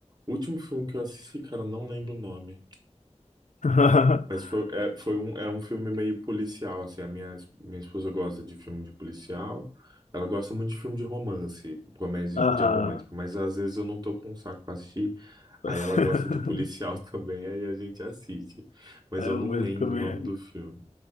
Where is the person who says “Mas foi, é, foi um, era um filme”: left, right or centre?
Right